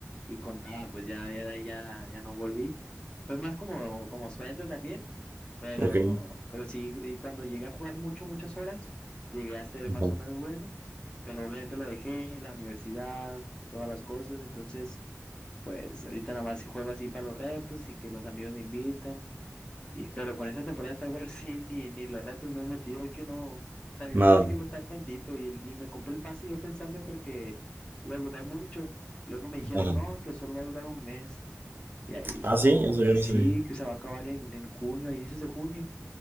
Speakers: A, on the left (about 20°); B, on the right (about 40°).
A: y contaba, pues ya, ya, ya, ya no volví. Fue más como, como suerte también. Pero,
B: Ok.
A: pero sí, y cuando llegué a jugar mucho, muchas horas, llegué a ser más
B: Ajá.
A: o menos bueno, pero obviamente lo dejé, la universidad, todas las cosas, entonces, pues ahorita nada más sí juego así para los retos y que los amigos me invitan, y, pero con esta temporada de Star Wars <laughs> sí, ni, ni los retos me he metido, es que no, también
B: Nada.
A: me tiene que gustar tantito, y, el- y me compré el pase yo pensando porque iba a durar mucho, luego me dijeron,
B: Ajá.
A: no, que solo va a durar un mes, y ahí dije,
B: Ah,
A: no,
B: sí, eso yo
A: sí,
B: no sabía.
A: que se va a acabar en, en junio, a inicios de junio.